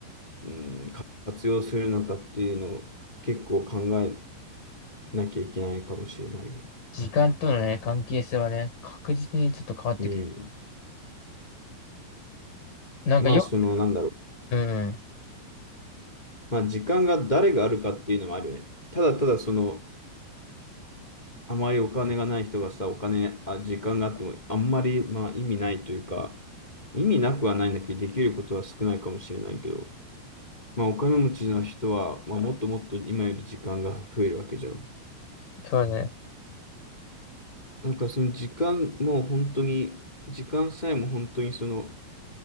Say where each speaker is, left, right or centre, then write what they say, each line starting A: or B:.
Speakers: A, on the left; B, on the left.
A: うん、活用するのかっていうのを結構考えなきゃいけないかもしれないよね。
B: 時間とのね、関係性はね、確実にちょっと変わってくる。
A: うん。
B: なんかよ、
A: まあそのなんだろう、
B: うん。
A: まあ時間が誰があるかっていうのもあるよね。ただただそのあまりお金がない人がさ、お金、あ、時間があっても、あんまり、まあ、意味ないというか、意味なくはないんだけど、できることは少ないかもしれないけど、まあ、お金持ちの人は、まあ、もっともっと今より時間が増えるわけじゃん。
B: そうね。だか
A: なんか、その時間も本当に、時間さえも本当にその、